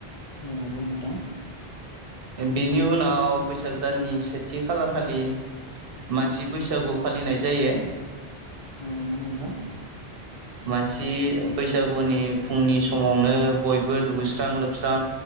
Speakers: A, on the left; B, on the right.
A: औ नंगौ नों
B: बेनि उनाव बैसाग दाननि सेथि खालारखालि मानसि बैसागु फालिनाय जायो।
A: औ नंगौ नोंथां।
B: मानसि बैसागुनि फुंनि समावनो बयबो दुगैस्रां लोबस्रां